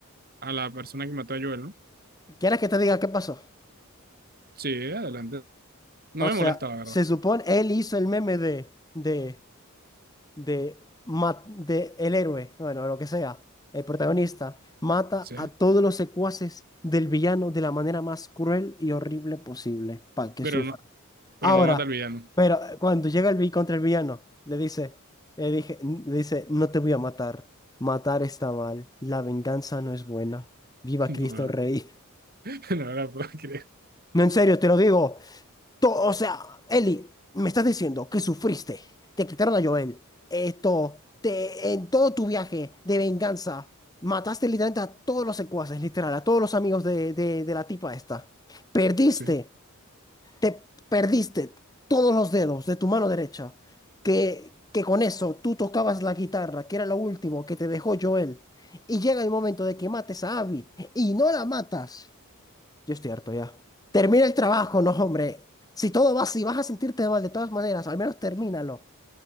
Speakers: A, on the right (about 45°); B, on the left (about 15°).
A: a la persona que mató a Joel, ¿no?
B: ¿Quieres que te diga qué pasó?
A: Sí, adelante. No
B: O
A: me
B: sea,
A: molesta, la verdad,
B: se supone, él hizo el meme de, de, de, ma- de el héroe, bueno, lo que sea, el protagonista, mata
A: sí,
B: a todos los secuaces del villano de la manera más cruel y horrible posible, para que
A: pero
B: sufra.
A: no, pero
B: Ahora,
A: no mata al villano,
B: pero eh, cuando llega el vi contra el villano, le dice, le dije, n- le dice, no te voy a matar. Matar está mal. La venganza no es buena. Viva
A: <laughs> la
B: Cristo
A: verdad,
B: Rey.
A: <laughs> la verdad, puedo creer.
B: No, en serio, te lo digo. To- o sea, Eli, me estás diciendo que sufriste. Te quitaron a Joel. Esto, te, en todo tu viaje de venganza, mataste literalmente a todos los secuaces, literal, a todos los amigos de, de, de la tipa esta. Perdiste.
A: Sí.
B: te perdiste todos los dedos de tu mano derecha, que, que con eso tú tocabas la guitarra, que era lo último que te dejó Joel, y llega el momento de que mates a Abby y no la matas. Yo estoy harto ya. Termina el trabajo, no, hombre. Si todo va si vas a sentirte mal de todas maneras, al menos termínalo.